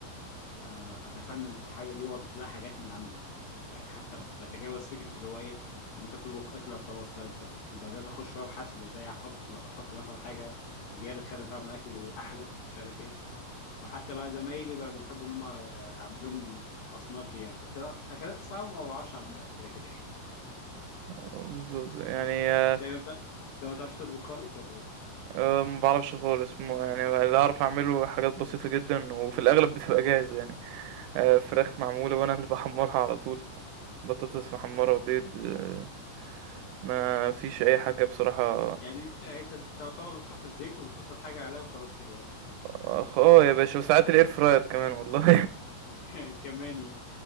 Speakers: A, on the left (about 70°); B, on the right (about 85°).
A: آه، اتفنن في الحاجه دي واضيف لها حاجات من عندي يعني. حتى بتجاوز فكره اللي هو ايه ان انت بتطبخ اكله وخلاص لا انت انا بدات اخش وابحث وازاي احط احط مثلا حاجه زياده تخلي طعم الاكل احلى مش عارف ايه فحتى بقى زمايلي بقى بيحبوا ان هم آه، اعمل لهم الاصناف دي يعني بس لا اكلات الصعبه ما بعرفش اعملها كده كده يعني
B: <laughs> بالظبط يعني
A: <laughs>
B: آه،
A: انت ما بتع- انت ما بتعرفش تطبخ خالص ولا ايه؟
B: آه، ما بعرفش خالص مو- يعني اللي اعرف اعمله حاجات بسيطة جدا وفي الاغلب بتبقى جاهزة يعني آه، فراخ معمولة وانا اللي <laughs> بحمرها على طول بطاطس محمرة وبيض آه، ما فيش اي حاجة بصراحة
A: يعني انت انت بتعتبر بتحط الزيت وبتحط الحاجه عليها وخلاص كده
B: اخ اه يا باشا وساعات الاير فراير كمان والله
A: يعني <laughs> كمان يعني